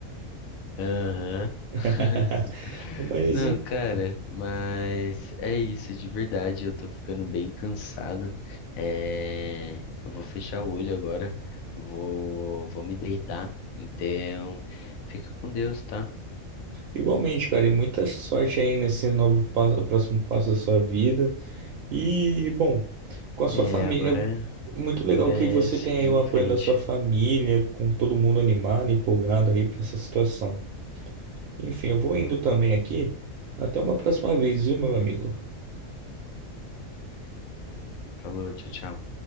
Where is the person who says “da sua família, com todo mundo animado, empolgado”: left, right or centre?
Right